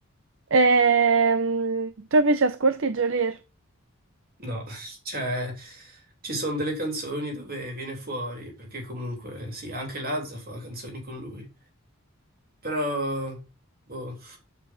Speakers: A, on the right; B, on the right.
A: Ehm, tu invece ascolti Geolier?
B: No, cioè ci sono delle canzoni dove viene fuori, perché comunque sì, anche Lazza fa canzoni con lui, però boh,